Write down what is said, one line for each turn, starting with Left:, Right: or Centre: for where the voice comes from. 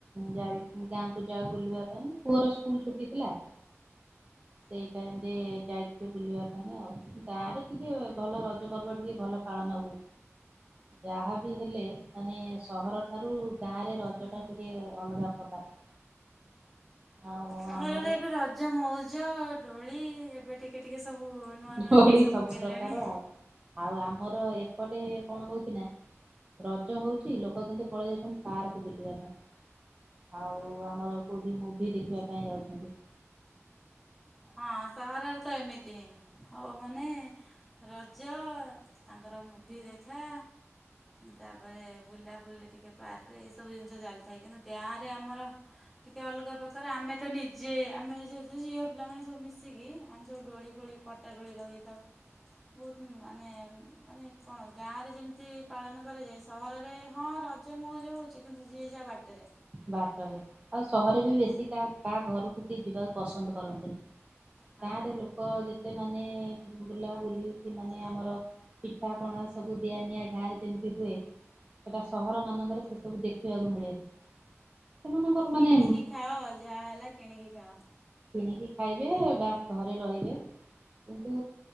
Right: ଯାଇ ଗାଁକୁ ଯାଉ ବୁଲିବା ପାଇଁ ପୁଅର ସ୍କୁଲ ଛୁଟି ଥିଲା। ସେଇ ଟାଇମ ରେ ଯାଇଥିବ ବୁଲିବା ପାଇଁ ଆଉ ଗାଁ ରେ ଟିକେ ଭଲ ରଜ ପର୍ବ ଟିକେ ଭଲ ପାଳନ ହୁଏ ଯାହା ବି ହେଲେ ମାନେ ସହର ଠାରୁ ଗାଁ ରେ ରଜ
Centre: ହୁଁ
Right: ଟା
Centre: ହୁଁ।
Right: ଟିକେ ଅଲଗା ପ୍ରକାର। ଆଉ
Centre: ସହରରେ
Right: ଆମର
Centre: ଏବେ ରଜ ମଉଜ ଡୋଳି ଏବେ ଟି ଟିକେ ଟିକେ ସବୁ ନୂଆ
Right: ଦୋଳି
Centre: ନୂଆ ଜିନିଷ
Right: ସବୁ
Centre: ପକେଇଲେଣି।
Right: ପ୍ରକାର ଆଉ ଆଉ ଆମର ଏପଟେ କଣ ହଉଚି ନା ରଜ ହଉଚି ଲୋକ କେନ୍ତି ପଳେଇ ଯାଉଚନ୍ତି ପାର୍କ ବୁଲିବା ପାଇଁ। ଆଉ ଆମର କେଉଁଠି ମୁଭି ଦେଖିବା ପାଇଁ ଯାଉଚନ୍ତି।
Centre: ହଁ ସହରରେ ତ ଏମିତି। ହବ ମାନେ ରଜ ତାଙ୍କର ମୁଭି ଦେଖା ତାପରେ ବୁଲାବୁଲି ଟିକେ ପାର୍କରେ ଏଇ ସବୁ ଜିନିଷ ଚାଲି ଥାଏ କିନ୍ତୁ ଗାଁରେ ଆମର ଟିକେ ଅଲଗା ପ୍ରକାର ଆମେ ତ ନିଜେ ଆମେ ଯେହେତୁ ଝିଅ ପିଲାମାନେ ସବୁ ମିଶିକି ଆମେ ସବୁ ଡୋଳି ଫୋଳି ପଟା ଡୋଳି ଲଗାଇଥାଉ। ବହୁତ ମାନେ ମାନେ କଣ ଗାଁ ରେ ଯେମିତି ପାଳନ କରାଯାଏ ସହରରେ ହଁ ରଜ ମଉଜ ହେଉଚି କିନ୍ତୁ ଯିଏ ଯାହା ବାଟେରେ।
Right: ବାଟରେ ଆଉ ସହର ବି ବେଶୀ କାହା କାହା ଘରୁକୁ କିଏ ଯିବାକୁ ପସନ୍ଦ କରନ୍ତିନି।
Centre: ହଁ
Right: ଗାଁ ରେ ଲୋକ ଯେତେ ମାନେ ବୁଲା ବୁଲି କିି ମାନେ ଆମର ପିଠା ପଣା ସବୁ ଦିଆ ନିିଆଁ ଗାଁ ରେ ଯେମିତି ହୁଏ ସେଟା ସହର ମାନଙ୍କରେ ସେ ସବୁ ଦେଖିବାକୁ ମିଳେନି। ସେମାନଙ୍କର
Centre: କିଣିକି
Right: ମାନେ
Centre: ଖାଅ ଯାହା ହେଲା କିଣିକି ଖାଅ।
Right: କିଣିକି ଖାଇବେ ବାସ୍ ଘରେ ରହିବେ କିନ୍ତୁ